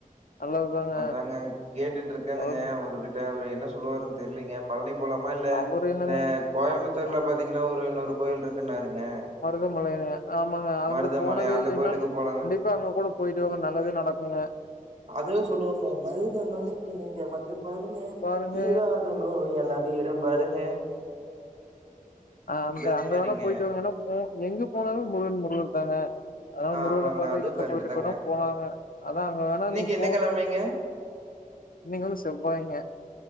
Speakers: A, on the left; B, on the right.
A: நல்லதுதாங்க
B: அதாங்க கேட்டுட்டு இருக்கனுங்க
A: பழனி
B: அவர்கிட்ட அவரு என்ன சொல்லுவாருன்னு தெரியலீங்க பழனி போலமா இல்ல
A: அவரு என்னங்க
B: இந்த கோயம்புத்தூர்ல பாத்தீங்கன்னா ஒரு இன்னொரு கோவில் இருக்குன்னாருங்க
A: மருதமலைய ஆமாங்க அங்க
B: மருதமலை
A: போனதே
B: அந்த
A: இல்லைன்னா
B: கோயிலுக்கு போலாங்க
A: கண்டிப்பா அங்க கூட போயிட்டுவாங்க நல்லதே நடக்குங்க
B: அதுவே சொல்லுவாங்க மருதமலைக்கு நீங்க வந்து பாருங்க
A: பாருங்க
B: தீராத நோயெல்லா தீரும் பாருங்க
A: அ அந்த
B: இது
A: அங்க
B: மாரிங்க
A: வேணா போயிட்டு வந்தீங்கன்னா போ எங்க போனாலு முருகன் முருகன் தானுங்க அதனால முருகன
B: ஆமாங்க
A: பார்க்க
B: அதுவு
A: எந்த
B: கரெக்ட்
A: கோயிலுக்கு
B: தாங்க
A: வேணாலு போலாங்க அதான் அங்க வேணா
B: இன்னைக்கு
A: நீங்க
B: என்ன
A: போ போங்க
B: கெழமைங்க
A: இன்னைக் வந்து செவ்வாய்ங்க